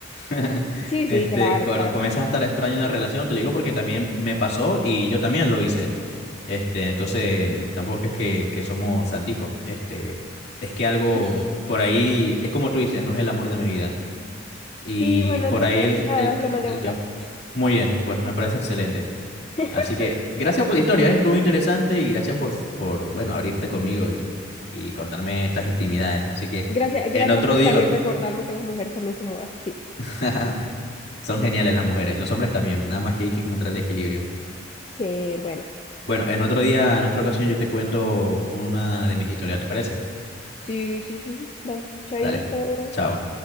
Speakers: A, on the left; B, on the left.
A: <laughs>
B: sí,
A: Este,
B: sí, claro,
A: cuando
B: claro.
A: comienzas a estar extraño en la relación, te lo digo porque también me pasó y yo también lo hice. Este, entonces, tampoco es que, que somos santicos. Este, es que algo
B: <laughs>
A: por ahí, es como tú dices, no es el amor de mi vida. Y
B: Sí, bueno,
A: por
B: entonces
A: ahí el,
B: nada,
A: el,
B: lo mandé
A: el
B: a volar.
A: ca- muy bien, pues me parece excelente.
B: <laughs>
A: Así que gracias por la historia, ¿eh? Estuvo interesante y gracias por, por bueno, abrirte conmigo y, y contarme estas intimidades. Así que
B: Gracias,
A: en
B: gracias
A: otro
B: por
A: día.
B: también recordarme que las mujeres también somos así.
A: <laughs> Son geniales las mujeres, los hombres también, nada más que hay que encontrar el equilibrio.
B: Sí, bueno.
A: Bueno, en otro día, en otra ocasión yo te cuento una de mis historias, ¿te parece?
B: Sí, sí, sí, sí. Dale, chaito.
A: Dale, chao.